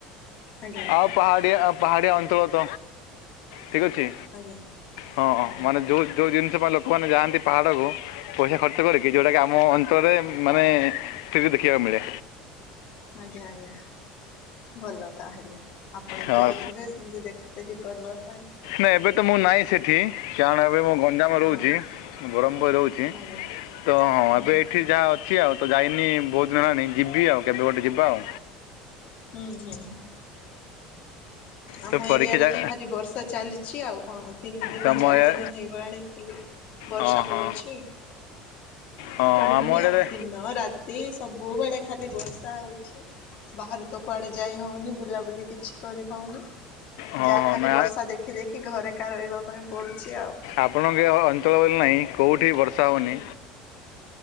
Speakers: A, on the left; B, on the left.
A: ଆଜ୍ଞା ଆଜ୍ଞା
B: ଆଉ ପହାଡ଼ିଆ ଆ ପାହାଡ଼ିଆ ଅଞ୍ଚଳ ତ ଠିକ୍ ଅଛି।
A: ଆଜ୍ଞା
B: ହଁ ହଁ
A: ଆଜ୍ଞା
B: ମାନେ ଯେଉଁ ଯଉ ଜିନିଷ ପାଇଁ ଲୋକମାନେ ଯାଆନ୍ତି ପାହାଡ଼କୁ ପଇସା ଖର୍ଚ୍ଚ କରିକି ଯେଉଁଟାକି ଆମ ଅଞ୍ଚଳରେ ମାନେ ଫ୍ରି ରେ ଦେଖିବାକୁ ମିଳେ।
A: ଆଜ୍ଞା ଆଜ୍ଞା ଭଲ ତାହେଲେ ଆପଣ
B: ହଁ
A: ବି ଯାଉଥିବେ। ସେମତି ଦେଖା ଦେଖି କରିବା ପାଇଁ।
B: ନା ଏବେ ତ ମୁଁ ନାଇଁ ସେଠି କାରଣ ଏବେ ମୁଁ ନ୍ଦାମ
A: ହଁ
B: ରହୁଛି ବରହମପୁରରେ ରହୁଛି
A: ଆଜ୍ଞା
B: ତ ହଁ
A: ହୁଁ
B: ଏବେ ଏଇଠି ଯାହା ଅଛି ଆଉ। ତ ଯାଇନି ବହୁତ ଦିନ ହେଲାଣି ଯିବି ଆଉ କେବେ ଗୋଟେ ଯିବା ଆଉ।
A: ହୁଁ ହୁଁ ହୁଁ। ଆମ
B: ତ ପରୀକ୍ଷା
A: ଏରିଆରେ
B: ଯା
A: ତ ଖାଲି ବର୍ଷା ଚାଲିଛି ଆଉ କଣ ତିନି ଦିନ
B: ତମ
A: ଚାରି
B: ଏ
A: ଦିନ ହେଇଗଲାଣି ଖାଲି ବର୍ଷା
B: ହଁ ହଁ
A: ପଡୁଛି।
B: ହଁ
A: କମୁନି
B: ଆମ ଏରିଆରେ
A: ଆଉ ଦିନ ରାତି ସବୁବେଳେ ଖାଲି ବର୍ଷା ହେଉଛି। ବାହାରେ ତ କୁଆଡ଼େ ଯାଇ ହେଉନି ବୁଲାବୁଲି କିଛି କରିହଉନି।
B: ହଁ
A: ଯାହା
B: ହଁ
A: ଖାଲି
B: ନା
A: ବର୍ଷା ଦେଖି ଦେଖି ଘରେକା ରହିବା ପାଇଁ ପଡୁଛି ଆଉ।
B: ଆପଣଙ୍କ ଅଞ୍ଚଳ ବୋଲି ନାହିଁ କେଉଁଠି ବର୍ଷା ହେଉନି।